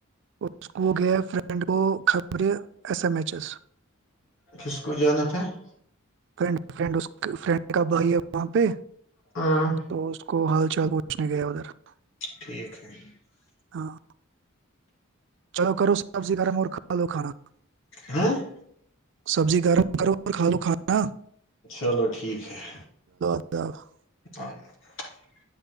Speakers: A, on the right (about 60°); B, on the left (about 70°).
A: اس کو گیا فرینڈ کو خبریں ایس ایم ایچ ایس
B: کسک ج نت ہے <unintelligible>
A: ف فرینڈ اس کو <unintelligible> فرینڈ کا بھائی ہے وہاں پہ
B: ہاں
A: تو اس کو ہال چ چال پوچنے گیا ادھر <unintelligible>
B: ٹھیک ہے <unintelligible>
A: ہاں چلو کرو سبزی گرم اور کھا لو کھانا <unintelligible>
B: ہاں <unintelligible>
A: سبزی گرم کرو اور کھا لو کھانا
B: چلو ٹھیک ہے <unintelligible>
A: خ <unintelligible>
B: اور <unintelligible>